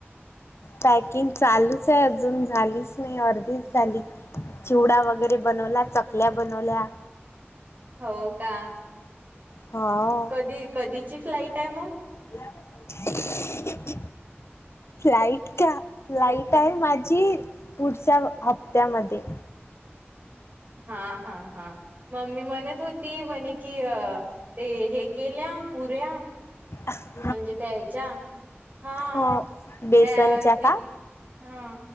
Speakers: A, on the left; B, on the right.
A: पॅकिंग चालूच आहे अजून झालीच नाही अर्धीच झाली चिवडा वगैरे बनवला चकल्या बनवल्या
B: हो का
A: हा
B: कधी कधी ची फ्लाईट आहे मग?
A: ड फ्लाईट आहे माझी पुढच्या हप्त्यामध्ये.
B: हा, हा, हा.. मम्मी म्हणत होती म्हणे कि ते हे केल्या पुऱ्या.
A: ह.
B: म्हणजे त्या ह्याच्या हा,
A: हो बेसनच्या
B: त्या
A: का
B: हा